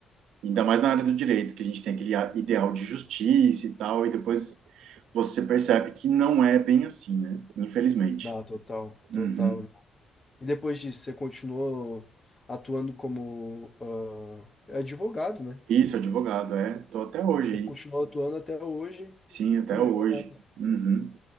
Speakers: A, on the right (about 80°); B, on the left (about 25°).
A: Ainda mais na área do direito, que a gente tem aquele a- ideal de justiça e tal, e depois você percebe que não é bem assim, né? Infelizmente.
B: Não, total,
A: Uhum.
B: total. E depois disso, você continuou atuando como ah, é advogado, né?
A: Isso, advogado, é. Tô até hoje
B: Você
A: aí.
B: continuou atuando até hoje
A: Sim, até
B: como
A: hoje.
B: advogado.
A: Uhum.